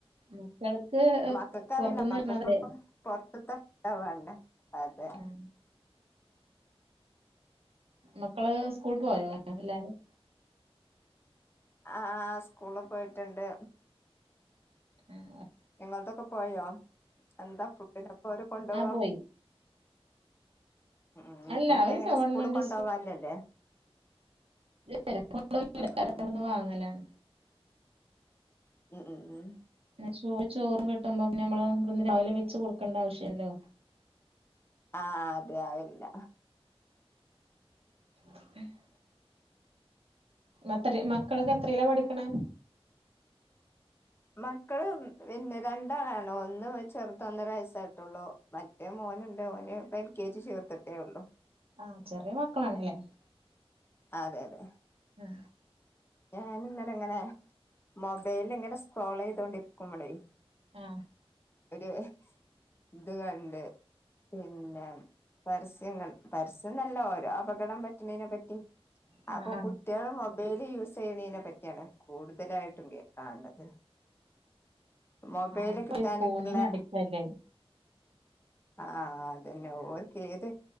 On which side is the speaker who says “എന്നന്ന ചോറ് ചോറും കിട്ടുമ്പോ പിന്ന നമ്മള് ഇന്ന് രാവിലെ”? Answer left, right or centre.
Right